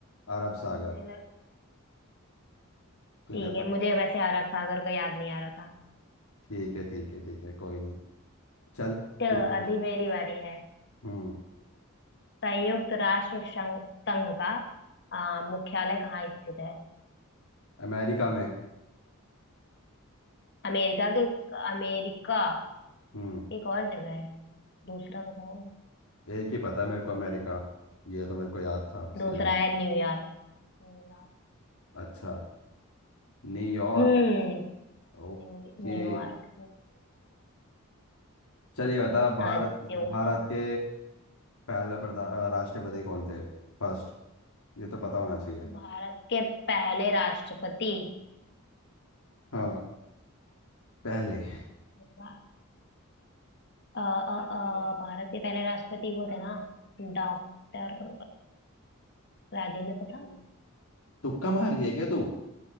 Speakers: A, on the left; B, on the left.
A: अरब सागर
B: मुझे लग
A: तुझे
B: ठीक
A: पता
B: है मुझे वैसे अरब सागर का याद नहीं आ रहा था
A: ठीक है ठीक है ठीक है कोई नहीं चल
B: तो
A: तू पूछ
B: अभी मेरी बारी है
A: हम्म
B: संयुक्त राष्ट्र संघ संघ का आ, मुख्यालय कहाँ स्थित है
A: अमेरिका में
B: अमेरिका के अमेरिका
A: हम्म
B: एक और जगह है दूसरा बताओ
A: एक ही पता है मेरे को अमेरिका ये तो मेरे को याद था इसलिए
B: दूसरा
A: मैंने
B: है न्यूयॉर्क न्यूयॉर्क
A: अच्छा न्यूयॉर्क
B: हम्म
A: ओके
B: New New York
A: चलिए बता भारत
B: न्यूयॉर्क
A: भारत के पहला प्रधा अ, राष्ट्रपति कौन थे फर्स्ट ये तो पता होना चाहिए
B: भारत के पहले राष्ट्रपति
A: हाँ पहले
B: अ, अ, अ, भारत के पहले राष्ट्रपति वो थे ना डॉक्टर राजेंद्र प्रसाद
A: तुक्का मार रही है क्या तू